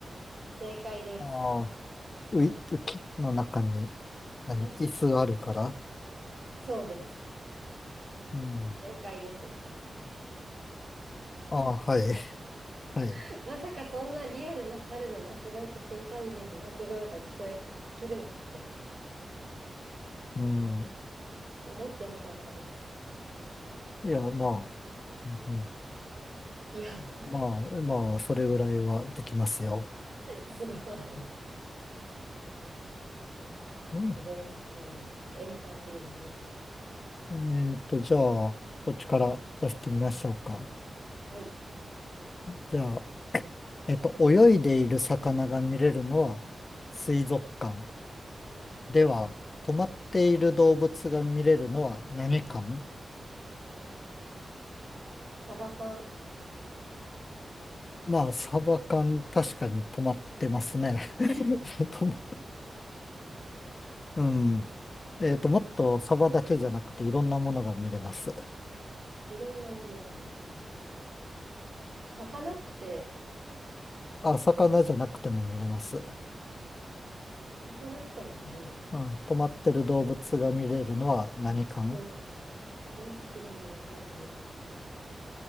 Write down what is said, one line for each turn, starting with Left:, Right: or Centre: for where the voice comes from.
Right: 正解です。
Left: ああ、ウイ、浮きの中に、何、
Right: はい。
Left: 椅子があるから。
Right: そうです。
Left: うん。
Right: 正解ですよ。
Left: ああ、はい、はい。
Right: <laughs> まさかそんなリアルな猿の鳴き声とチンパンジーの鳴き声が聞こえ、聞けるなんて
Left: うん。
Right: 思ってなかったです。
Left: いや、まあ。うんうん
Right: いや、
Left: まあ、
Right: <laughs>
Left: まあ、それぐらいはできますよ。
Right: すごい。
Left: う
Right: すごいですね。なんかエンターテイナーですよ。
Left: んえっと、じゃあ、こっちから出してみましょうか。
Right: はい。
Left: じゃあ、えっと、泳いでいる魚が見れるのは水族館。では、
Right: うん。
Left: 止まっている動物が見れるのは何館
Right: サバ缶。
Left: まあ、サバ缶、確かに止まってますね。<laughs>
Right: <laughs> 違
Left: 止ま、うん。
Right: うのか。
Left: えっと、もっとサバだけじゃなくていろんなものが見れます。
Right: いろんなものが見れる。魚って、
Left: あ、魚じゃなくても見れます。
Right: じゃなくても見れる。
Left: うん、止まってる動物が見れるのは何館
Right: あ、動物。動物が見れるのは何か。